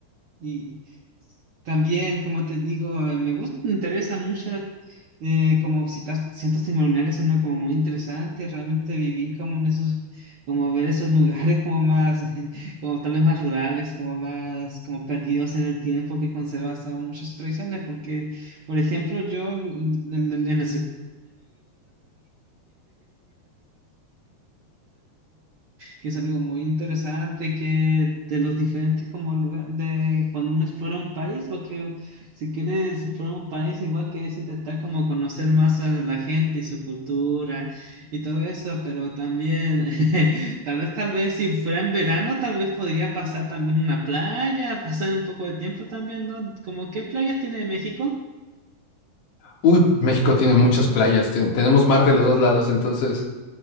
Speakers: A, on the right (about 65°); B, on the left (about 85°).
A: Y también, como te digo, eh, me gusta, me interesa mucho la- eh, como visitar centros ceremoniales, suena como muy interesante, realmente vivir como en esos, como ver esos lugares como más, <laughs> como tal vez más rurales, como más, como perdidos en el tiempo que conservas aún muchas tradiciones, porque, por ejemplo, yo lu- en, en- en el que es algo muy interesante, que de los diferentes como lugares, de cuando uno explora un país, porque si quieres explorar un país, igual que es intentar como conocer más a la gente y su cultura y todo eso, pero también, <laughs> tal vez, tal vez si fuera en verano, tal vez podría pasar también una playa, pasar un poco de tiempo también, ¿no? Como, ¿qué playas tiene México?
B: Uy, México tiene muchas playas, ten- tenemos mar de los dos lados, entonces